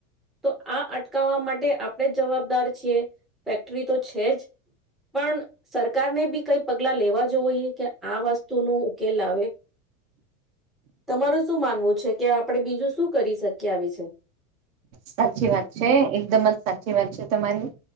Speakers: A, in the centre; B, on the right (about 85°).
A: તો આ અટકાવવા માટે આપણે જ જવાબદાર છીએ ફેક્ટરી તો છે જ પણ સરકારને બી કઈ પગલા લેવા જોવઈ કે આ વસ્તુનો ઉકેલ આવે તમારું શું માનવું છે કે આપણે બીજું શું કરી શકીએ આવીશે
B: સાચી વાત છે એકદમ જ સાચી વાત છે તમારી